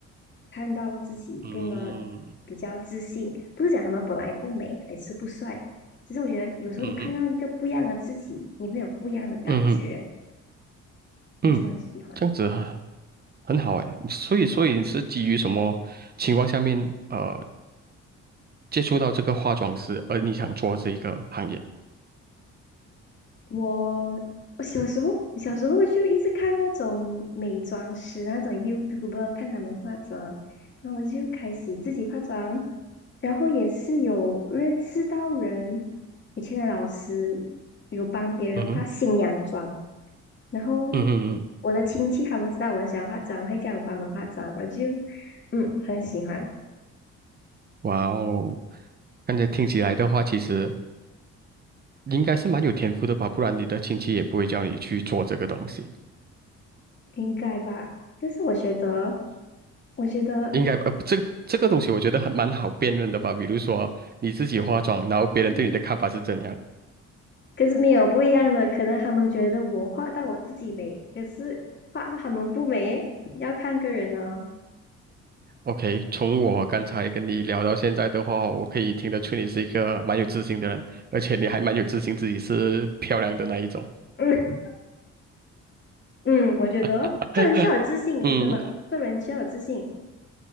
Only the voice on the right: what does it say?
嗯
嗯哼，
嗯嗯嗯，
这样子很很好哎。所以，所以你是基于什么情况下面呃接触到这个化妆师，而你想做这一个行业？
嗯哼，
嗯哼嗯，
哇哦！刚才听起来的话，其实应该是蛮有天赋的吧，不然你的亲戚也不会叫你去做这个东西。
应该呃，这个这个东西我觉得很蛮好辨认的吧。比如说你自己化妆，然后别人对你的看法是怎样。
OK，从我刚才跟你聊到现在的话，我可以听得出你是一个蛮有自信的人，而且你还蛮有自信自己是漂亮的那一种。
<laughs> 嗯